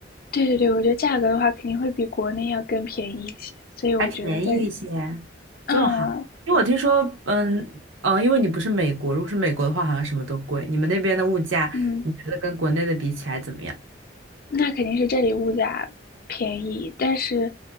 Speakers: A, on the left; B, on the right.
A: 对对对，我觉得价格的话肯定会比国内要更便宜一些，所以我觉得在，
B: 还便宜一些，
A: 嗯
B: 这么好？因为我听说，嗯，哦，因为你不是美国，如果是美国的话，好像什么都贵。你们那边的物价，
A: 嗯，
B: 你觉得跟国内的比起来怎么样？
A: 那肯定是这里物价便宜，但是。